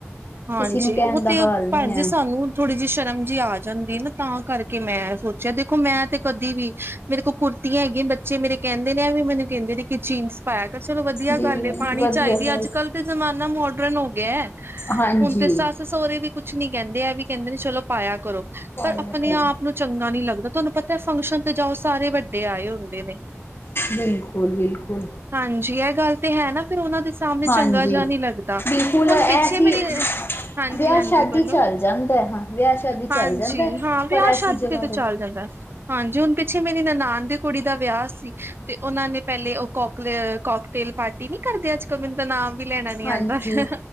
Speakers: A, on the right (about 50°); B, on the left (about 50°).
A: ਹਾਂਜੀ
B: ਕਿਸੇ ਨੂੰ ਕਹਿਣ
A: ਉਹ
B: ਦਾ
A: ਤੇ
B: ਹਾਲ ਨੀ
A: ਭੈਣ ਜੀ
B: ਹੈ
A: ਸਾਨੂੰ ਥੋੜ੍ਹੀ ਜਿਹੀ ਸ਼ਰਮ ਜਿਹੀ ਆ ਜਾਂਦੀ ਨਾ ਤਾਂ ਕਰਕੇ ਮੈਂ ਸੋਚਿਆ ਦੇਖੋ ਮੈਂ ਤੇ ਕਦੀ ਵੀ ਮੇਰੇ ਕੋਲ ਕੁੜਤੀਆਂ ਹੈਗੀਆਂ ਬੱਚੇ ਮੇਰੇ ਕਹਿੰਦੇ ਨੇ ਇਹ ਵੀ ਮੈਨੂੰ ਕਹਿੰਦੇ ਨੇ ਕਿ ਚੀਨਸ ਪਾਇਆ ਕਰ ਚਲੋ ਵਧੀਆ
B: ਜੀ
A: ਗੱਲ ਏ ਪਾਨੀ
B: ਵਧੀਆ
A: ਚਾਈਦੀ
B: ਗੱਲ
A: ਅੱਜ ਕੱਲ ਤੇ ਜ਼ਮਾਨਾ ਮੋਡਰਨ ਹੋ ਗਿਆ ਹੈ।
B: ਹਾਂਜੀ
A: ਹੁਣ ਤੇ ਸੱਸ ਸਹੁਰੇ ਵੀ ਕੁਛ ਨੀ ਕਹਿੰਦੇ ਆ ਵੀ ਕਹਿੰਦੇ ਨੇ ਚਲੋ ਪਾਇਆ ਕਰੋ
B: ਪਾਇਆ
A: ਪਰ ਆਪਣੇ
B: ਕਰੋ
A: ਆਪ ਨੂੰ ਚੰਗਾ ਨੀ ਲੱਗਦਾ ਤੁਹਾਨੂੰ ਪਤਾ ਫੰਕਸ਼ਨ ਤੇ ਜਾਓ ਸਾਰੇ ਵੱਡੇ ਆਏ ਹੁੰਦੇ ਨੇ।
B: ਬਿਲਕੁਲ ਬਿਲਕੁਲ
A: ਹਾਂਜੀ ਇਹ ਗੱਲ ਤੇ ਹੈ ਨਾ ਫਿਰ ਉਹਨਾਂ ਦੇ ਸਾਹਮਣੇ
B: ਹਾਂਜੀ
A: ਚੰਗਾ ਜਿਹਾ ਨਹੀਂ ਲੱਗਦਾ
B: ਬਿਲਕੁਲ
A: ਹੁਣ
B: ਐਸੀ
A: ਪਿੱਛੇ ਮੇਰੀ ਹਾਂਜੀ
B: ਵਿਆਹ
A: ਹਾਂਜੀ
B: ਸ਼ਾਦੀ
A: ਬੋਲੋ
B: ਚੱਲ ਜਾਂਦਾ ਹਾਂ ਵਿਆਹ ਸ਼ਾਦੀ
A: ਹਾਂਜੀ
B: ਚੱਲ ਜਾਂਦਾ
A: ਹਾਂ ਵਿਆਹ
B: ਪਰ ਐਸੀ
A: ਸ਼ਾਦੀ
B: ਜਗ੍ਹਾ
A: ਤੇ ਤਾਂ ਚੱਲ ਜਾਂਦਾ ਹਾਂਜੀ ਹੁਣ ਪਿੱਛੇ ਮੇਰੀ ਨਨਾਨ ਦੀ ਕੁੜੀ ਦਾ ਵਿਆਹ ਸੀ ਤੇ ਉਹਨਾਂ ਨੇ ਪਹਿਲੇ ਉਹ ਕੋਕਲੇ ਕੋਕ ਟੇਲ ਪਾਰਟੀ ਨੀ ਕਰਦੇ ਅੱਜ ਕੱਲ ਮੈਨੂੰ ਤਾਂ ਨਾਮ ਵੀ ਲੈਣਾ ਨੀ
B: ਹਾਂਜੀ
A: ਆਉਂਦਾ ਪਿਆ